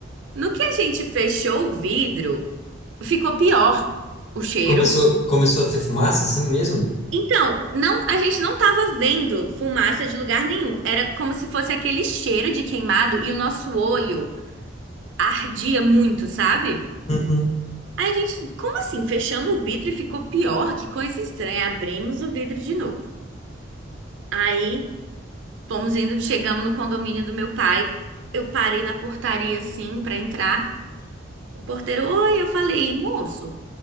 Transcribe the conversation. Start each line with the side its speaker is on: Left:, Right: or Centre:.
Right: No que a gente fechou o vidro, ficou pior o cheiro.
Left: Começou, começou a ter fumaça assim mesmo?
Right: Então, não, a gente não tava vendo fumaça de lugar nenhum. Era como se fosse aquele cheiro de queimado e o nosso olho ardia muito, sabe?
Left: Uhum.
Right: Aí a gente, como assim? Fechamos o vidro e ficou pior? Que coisa estranha. Abrimos o vidro de novo. Aí fomos indo, chegamos no condomínio do meu pai. Eu parei na portaria assim pra entrar. O porteiro, oi, eu falei, moço,